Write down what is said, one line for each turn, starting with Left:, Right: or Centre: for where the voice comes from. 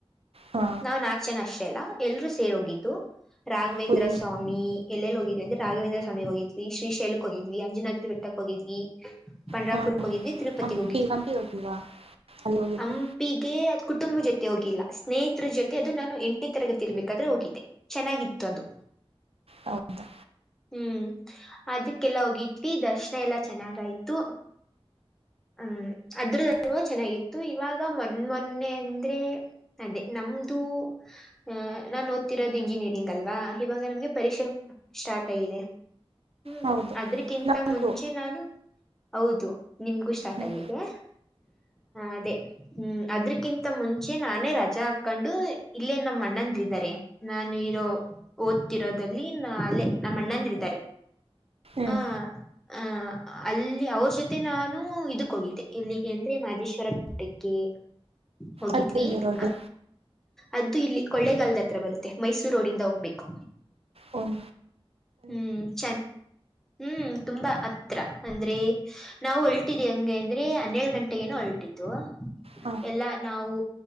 Right: ಹಾ
Centre: ನಾ್ ನಾಲ್ ಚನ ಅಷ್ಟೇ ಅಲ್ಲಾ ಎಲ್ರೂ ಸೇರ್ ಹೋಗಿದ್ದು ರಾಘವೇಂದ್ರ
Right: ಫುಲ್
Centre: ಸ್ವಾಮಿ ಎಲ್ಲೆಲ್ಲಿ ಹೋಗಿದ್ವಿ ಅಂದೆ ರಾಘೇಂದ್ರ ಸ್ವಾಮಿಗೆ ಹೋಗಿದ್ವಿ ಶ್ರೀಶೈಲಕ್ ಹೋಗಿದ್ವಿ ಅಂಜನಾದ್ರ ಬೆಟ್ಟಕ್ಕೆ ಹೋಗಿದ್ವಿ ಪಂಡ್ರಾಪುರಕ್ಕೆ
Right: ಹಾ
Centre: ಹೋಗಿದ್ವಿ ತಿರುಪತಿಗೆ
Right: ಹಂಪಿ
Centre: ಹೋಗಿದ್ವಿ
Right: ಹಂಪಿ ಹೋಗಿಲ್ವಾ ಅಲ್ಲಿ ಹೋಗಿದ್ದು
Centre: ಅ ಹೀಗೆ ಕುಟುಂಬ ಜೊತೆ ಹೋಗಿಲ್ಲ ಸ್ನೇಹಿತರ ಜೊತೆ ಅದು ನಾನು ಎಂಟನೇ ತರಗತಿ ಇರ್ಬೇಕಾದ್ರೆ ಹೋಗಿದ್ದೆ ಚೆನ್ನಾಗಿತ್ತು ಅದು
Right: ಹೌದಾ
Centre: ಹ್ಮ್ ಅದಕ್ಕೆಲ್ಲ ಹೋಗಿದ್ವಿ ದರ್ಶನ ಎಲ್ಲಾ ಚೆನ್ನಾಗಯ್ತು ಹ್ಮ್ ಅದ್ರದ ಚೆನ್ನಾಗಿತ್ತು ಇವಾಗ ಮೊನ್ನ ಮೊನ್ನೆ ಅಂದ್ರೆ ಅದೇ ನಮ್ದು ಆಹ ನಾನ್ ಓದ್ತಿರೋದು ಇಂಜಿನಿಯರಿಂಗ್ ಅಲ್ವಾ ಇವಾಗ ನಮ್ಗೆ ಪರೀಕ್ಷೆ ಸ್ಟಾರ್ಟ್ ಆಗಿದೆ ಹ್ಮ್
Right: ಹೌದು
Centre: ಅದ್ರಕ್ಕಿಂತ
Right: ನಮಗೂ
Centre: ಮುಂಚೆ ನಾನು ಹೌದು ನಿಮಗೂ ಸ್ಟಾರ್ಟ್
Right: ಹ್ಮ್
Centre: ಆಗಿದೆ ಅದೇ ಹ್ಮ್ ಅದ್ರಕ್ಕಿಂತ ಮುಂಚೆ ನಾನೇ ರಜಾ ಹಾಕೊಂಡು ಇಲ್ಲೇ ನಮ್ಮ ಅಣ್ಣಂದ್ರಾರೆ ನಾನು ಇರೋ ಓದ್ತಿರೋದದಲ್ಲಿ ನ ಅಲ್ಲೇ ನಮ್ಮ ಅಣ್ಣಂದರು ಇದಾರೆ
Right: ಹ್ಮ್
Centre: ಹ ಹ ಅಲ್ಲಿ ಅವ್ರ ಜೊತೆ ನಾನು ಇದಕ್ಕ ಹೋಗಿದ್ದೆ ಇಲ್ಲಿಗೆ ಅಂದ್ರೆ ಮಹದೇಶ್ವರ ಬೆಟ್ಟಕ್ಕೆ ಹೋಗಿದ್ವಿ
Right: ಅದೆಲ್ ಬರೋದು
Centre: ಆ ಅದ್ದು ಇಲ್ಲಿ ಕೊಳ್ಳೆಗಾಲಹತ್ರ ಬರುತ್ತೆ ಮೈಸೂರು ರೋಡಿಂದ ಹೋಗ್ಬೇಕು
Right: ಹದು
Centre: ಹ್ಮ್ ಚಂದ ಹ್ಮ್ ತುಂಬಾ ಹತ್ರ ಅಂದ್ರೆ ನಾವು ಹೊಲ್ಟಿದ್ ಹಂಗೆ ಅಂದ್ರೆ ಹನ್ನೆೇಳ ಗಂಟೆಗನು ಹೊಲ್ಟಿತು
Right: ಹಾ
Centre: ಎಲ್ಲಾ ನಾವು